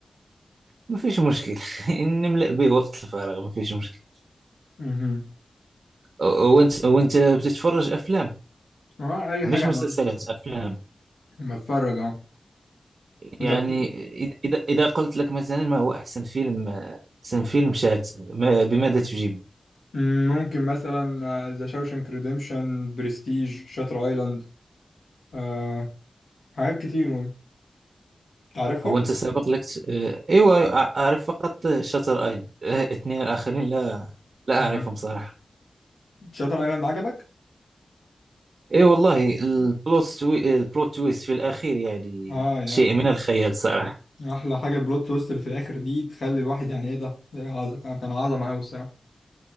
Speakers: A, on the right; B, on the left.
A: ما فيش مشكل <laughs> نملأ به وقت الفراغ ما فيش مشكل
B: امم
A: و- وأنت وأنت بتتفرج أفلام
B: اي
A: مش
B: حاجه
A: مسلسلات أفلام
B: انا بتفرج اهو انت
A: يعني
B: بتحب
A: إذا إذا قلت لك مثلا ما هو أحسن فيلم أحسن فيلم شات ما بماذا تجيب
B: مم، ممكن مثلا ذا شاوشانك ريديمشن برستيج شاتر ايلاند آه حاجات كتير تعرفهم
A: هو أنت سابق لك آه، أيوة أيوة، أع- أعرف فقط شاتر أيلاند آه، اثنين الآخرين لا لا
B: آه.
A: أعرفهم صراحة
B: شاتر ايلاند عجبك
A: أي أيوة والله البلوت توي... البلوت تويست في الأخير يعني
B: اه يعني
A: شيء من الخيال صراحة
B: احلى حاجه البلوت تويست اللي في الاخر دي تخلي الواحد يعني ايه ده إيه عظ- كان كان عظمه قوي الصراحه